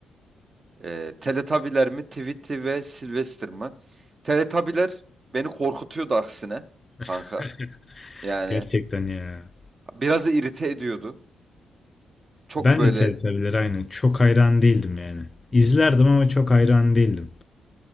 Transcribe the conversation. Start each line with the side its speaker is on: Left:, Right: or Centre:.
Right: E, Teletabiler mi, Tweety ve Sylvester mı? Teletabiler beni korkutuyordu aksine kanka.
Left: <laughs>
Right: Yani
Left: Gerçekten ya.
Right: biraz da irite ediyordu. Çok
Left: Ben
Right: böyle
Left: de TRT aynı. Çok hayran değildim yani. İzlerdim ama çok hayran değildim.